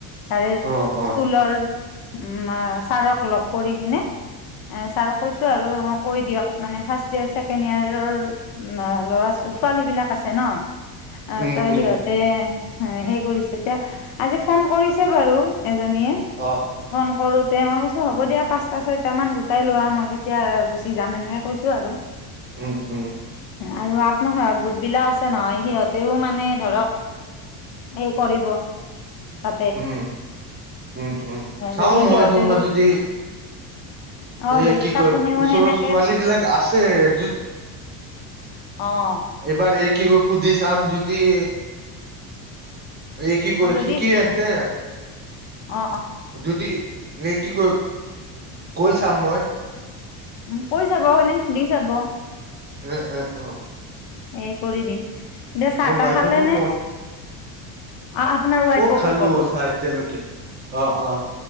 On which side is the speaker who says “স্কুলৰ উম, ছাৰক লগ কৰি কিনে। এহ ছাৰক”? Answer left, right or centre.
Left